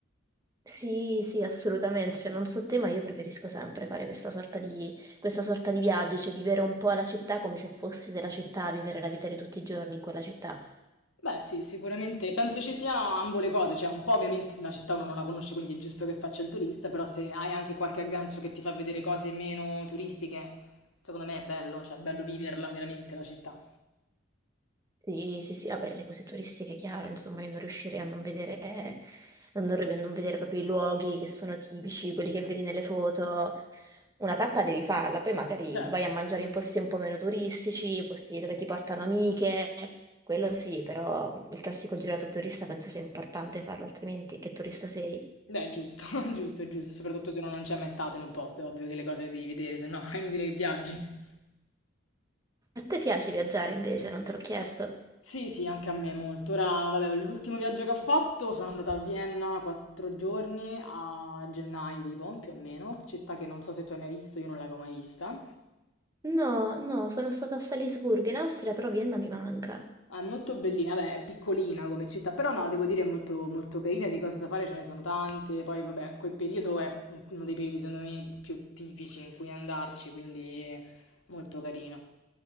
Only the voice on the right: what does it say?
Sì, sì, assolutamente. Cioè, non so te, ma io preferisco sempre fare questa sorta di, questa sorta di viaggio, cioè vivere un po' la città come se fossi della città, vivere la vita di tutti i giorni in quella città.
Sì, sì, sì, vabbè, le cose turistiche, chiaro, insomma, io non riuscirei a non vedere, a non, a non vedere proprio i luoghi che sono tipici, quelli che vedi nelle foto. Una tappa devi farla, poi magari
vai a mangiare in posti un po' meno turistici, posti dove ti portano amiche, quello sì, però il classico girato turista penso sia importante farlo, altrimenti che turista sei?
A te piace viaggiare invece, non te l'ho chiesto?
No, no, sono stata a Salisburgo in Austria, però Vienna mi manca.